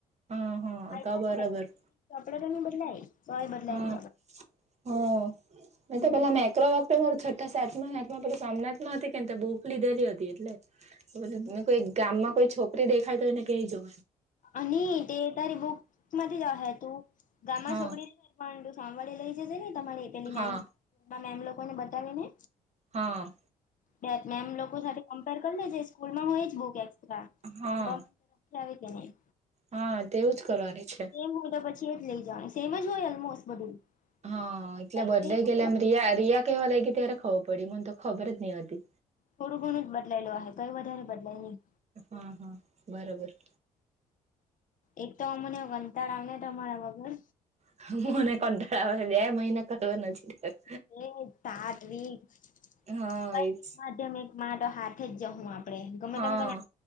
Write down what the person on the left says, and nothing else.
ફાયદા
જ થાય બાકી ચોપડા <unintelligible> બદલાઈ તોય બદલાઈ
નહીં ચોપડા.
હમ
અની તે તારી બુક માંથી જ અહે તું. ગામમાં
છોકરી <unintelligible> પરંતું સાંભળી લઈ જજે ને તમારી પેલી
મેમ માં મેમ લોકોને બતાવી ને.
બેત મેમ લોકો સાથે કમ્પેર કર લેજે, સ્કૂલમાં હોય જ બુક એક્સ્ટ્રા. <unintelligible>
આવે કે નહીં.
સેમ હું તો પછી એ જ લઈ જવાની. સેમ જ હોય ઓલમોસ્ટ બધું.
બદલાય
કે
થોડું ઘણું જ બદલાયેલું હે, કોઈ વધારે બદલાય નહીં.
એક તો અમને કંટાળાવ ને તમારા વગર.
<unintelligible>
માધ્યમિકમાં તો હાથે જમવામાં